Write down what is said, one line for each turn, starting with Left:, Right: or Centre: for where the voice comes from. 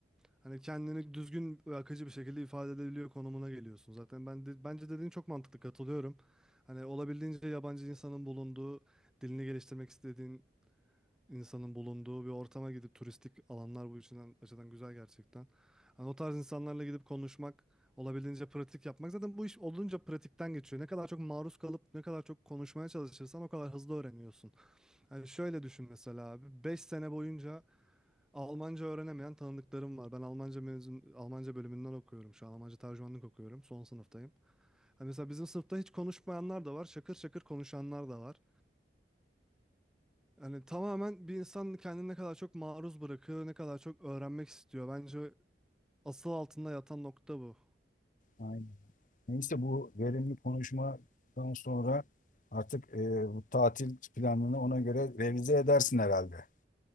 Centre: Hani kendini düzgün ve akıcı bir şekilde ifade edebiliyor konumuna geliyorsun. Zaten ben de, bence dediğin çok mantıklı katılıyorum. Hani olabildiğince yabancı insanın bulunduğu dilini geliştirmek istediğin insanın bulunduğu bir ortama gidip turistik alanlar bu için açıdan güzel gerçekten. Hani o tarz insanlarla gidip konuşmak, olabildiğince pratik yapmak. Zaten bu iş olunca pratikten geçiyor. Ne kadar çok maruz kalıp ne kadar çok konuşmaya çalışırsan o kadar hızlı öğreniyorsun. Yani şöyle düşün mesela abi 5 sene boyunca Almanca öğrenemeyen tanıdıklarım var. Ben Almanca mezun Almanca bölümünden okuyorum şu an. Almanca tercümanlık okuyorum. Son sınıftayım. Hani mesela bizim sınıfta hiç konuşmayanlar da var. Şakır şakır konuşanlar da var. Yani tamamen bir insan kendini ne kadar çok maruz bırakıyor, ne kadar çok öğrenmek istiyor. Bence asıl altında yatan nokta bu.
Left: Aynen. Neyse bu verimli konuşmadan sonra artık e, bu tatil planını ona göre revize edersin herhalde.